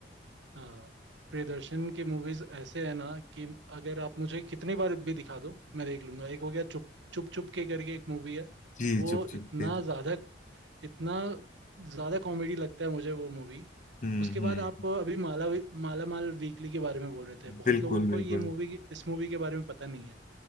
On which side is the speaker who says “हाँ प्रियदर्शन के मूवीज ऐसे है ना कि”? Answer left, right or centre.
Right